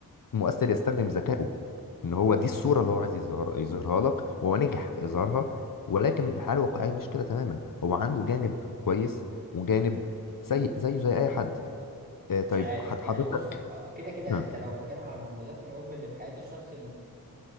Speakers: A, on the left; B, on the right.
A: المؤثر يستخدم ذكائه ان هو دي الصورة اللي هو عايز يظهر يظهرها لك وهو نجح في اظهارها ولكن الحالة الواقعية مش كده تماما هو عنده جانب كويس وجانب سيء زيه زي اي حد آه،
B: مش
A: طيب
B: عارف
A: حض- حضرتك
B: يعني بص آه، كده كده
A: مم.
B: انت لو بتتكلم على المميزات والعيوب اللي في حياة الشخص